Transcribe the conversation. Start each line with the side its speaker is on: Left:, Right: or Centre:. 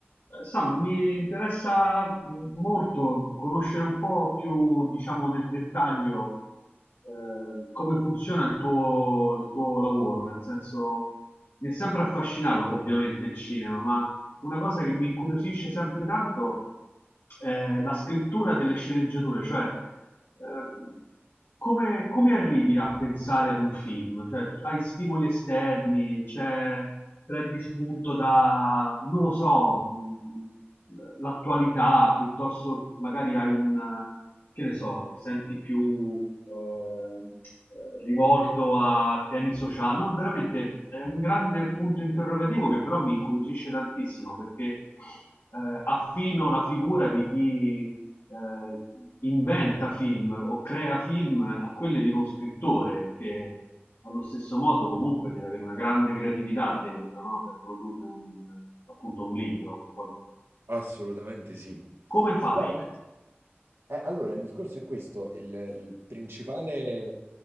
Left: Eh, Sam, mi interessa mh, molto conoscere un po' più, diciamo, nel dettaglio ehm, come funziona il tuo, il tuo lavoro, nel senso mi è sempre affascinato ovviamente il cinema, ma una cosa che mi incuriosisce sempre tanto è la scrittura delle sceneggiature, cioè ehm, come, come arrivi a pensare ad un film? Cioè, hai stimoli esterni, c'è, prendi spunto da, non lo so, mh, l'attualità, piuttosto magari hai un, che ne so, ti senti più ehm, eh, rivolto a temi sociali. No, veramente è un grande punto interrogativo che però mi incuriosisce tantissimo perché eh, affino la figura di chi eh, inventa film o crea film a quelle di uno scrittore che allo stesso modo comunque deve avere una grande creatività dentro, no? Per produrre un, appunto un libro. Qual-
Right: Assolutamente sì.
Left: Come fai?
Right: Eh, guarda, no. Eh, allora, il discorso è questo, il, il principale,